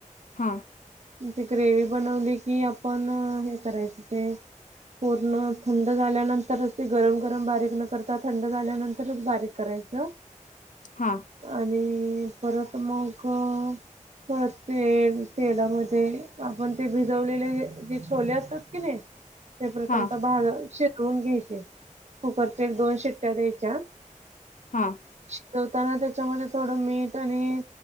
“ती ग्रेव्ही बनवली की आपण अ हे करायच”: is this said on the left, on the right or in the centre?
Right